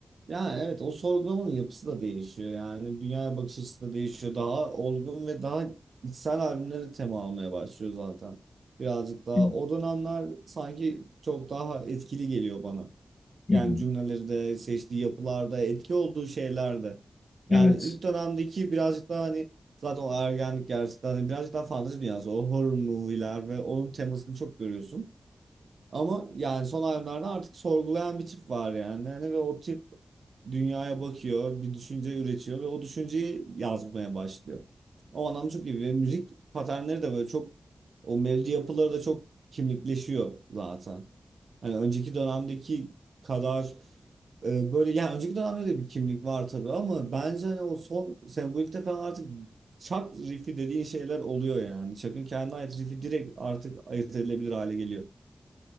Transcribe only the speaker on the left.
Hı
hı.
Evet.